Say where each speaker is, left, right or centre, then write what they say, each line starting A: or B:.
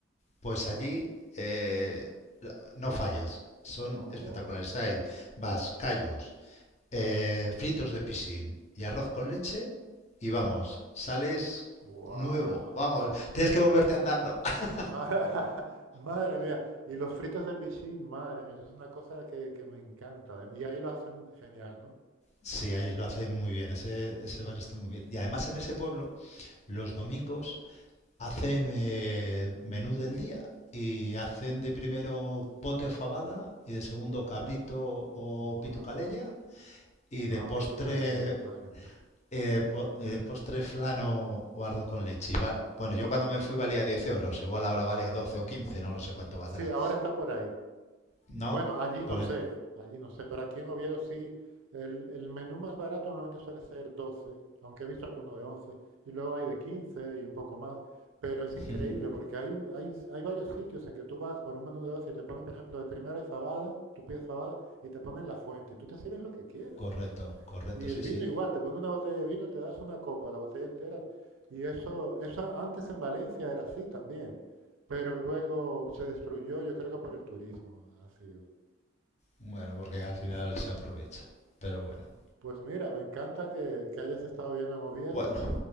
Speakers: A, on the left; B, on the right.
A: Pues allí eh, no fallas. Son
B: Oh,
A: espectaculares. Hay vas, callos, eh, fritos de piscín y arroz con leche. Y vamos, sales
B: wow.
A: nuevo. Vamos, tienes que volverte
B: Ma-
A: andando. <laughs>
B: ma- <laughs> madre mía. Y los fritos de pichín, madre mía. Eso es una cosa que, que me encanta. adem- Y ahí lo hacen genial, ¿no?
A: Sí, ahí lo hacen muy bien. Ese, ese bar está muy bien. Y además en ese pueblo los domingos hacen eh, menú del día y hacen de primero pote o fabada y de segundo cabrito o
B: Wow.
A: pitucalella y de
B: Ah,
A: postre
B: Pitu Calella, madre mía.
A: eh, po- eh, postre flan o, o arroz con leche. Y va- bueno, yo cuando me fui valía 10 euros, igual ahora vale 12 o 15, no lo sé cuánto valdrá.
B: Sí, ahora está por ahí.
A: No,
B: Bueno, allí
A: por
B: no sé,
A: el-
B: allí no sé, pero aquí en Oviedo sí, el, el menú más barato normalmente suele ser 12, aunque he visto alguno de 11, y luego hay de 15 y un poco más, pero es increíble
A: <laughs>
B: porque hay, un- hay, hay varios sitios en que tú vas por un menú de 12 y te ponen, por ejemplo, de primera y fabada, tú pides fabada y te ponen la fuente, y tú te sirves lo que quieras.
A: correcto, correcto,
B: Y el
A: sí,
B: vino
A: sí.
B: igual, te ponen una botella de vino, te das una copa, la botella entera, y eso, eso antes en Valencia era así también, pero luego se destruyó, yo creo que por el turismo ha sido.
A: Bueno, porque al final se aprovecha. Pero bueno.
B: Pues mira, me encanta que, que hayas estado viviendo en Oviedo
A: Bueno,